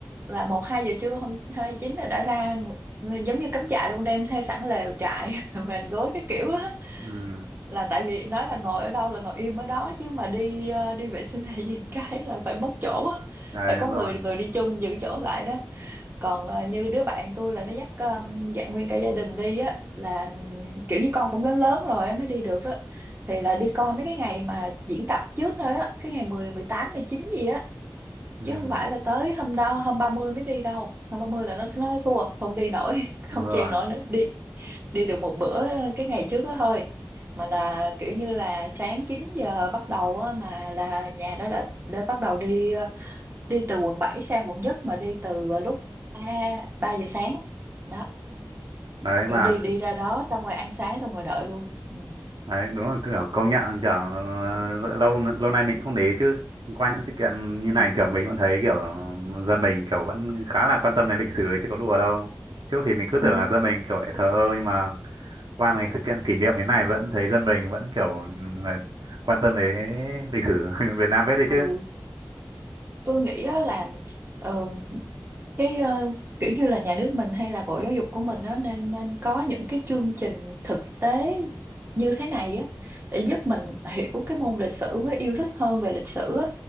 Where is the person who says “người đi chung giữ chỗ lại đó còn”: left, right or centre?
Right